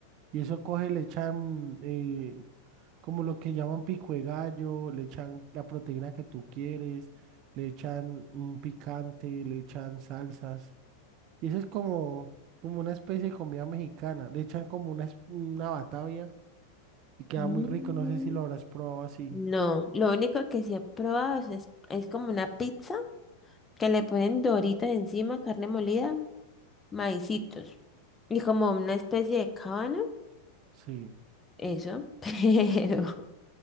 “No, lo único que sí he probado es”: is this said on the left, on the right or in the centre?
Left